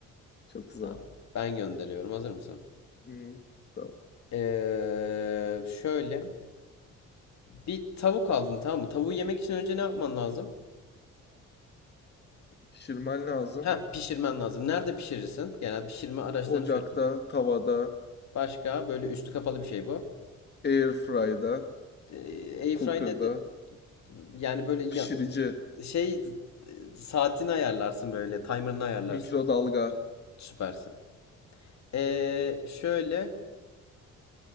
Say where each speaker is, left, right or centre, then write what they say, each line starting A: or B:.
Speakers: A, on the left (about 35°); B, on the left (about 65°).
A: Çok zor.
B: Tamam. Ben gönderiyorum. Hazır mısın?
A: Hı. Tamam.
B: Ee, şöyle. Bir tavuk aldın tamam mı? Tavuğu yemek için önce ne yapman lazım?
A: Pişirmen lazım.
B: Ha pişirmen lazım. Nerede pişirirsin? Genel pişirme araçlarını
A: Ocakta,
B: söyleyeceğim.
A: tavada,
B: Başka böyle üstü kapalı bir şey bu.
A: airfryda,
B: Ee, Airfry
A: cooker'da,
B: nedir? Yani böyle ya-
A: pişirici,
B: şey e, saatini ayarlarsın böyle. Timer'ını ayarlarsın.
A: mikrodalga,
B: Süpersin. Ee, şöyle